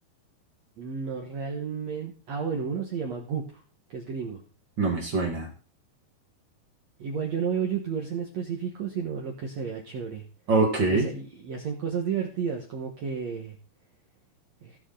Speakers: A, on the right; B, on the right.
A: no realmente... Ah, bueno, uno se llama Goop, que es gringo.
B: No me suena.
A: Igual yo no veo youtubers en específico, sino lo que se vea chévere.
B: Ok.
A: Y, hace- y hacen cosas divertidas, como que... eh,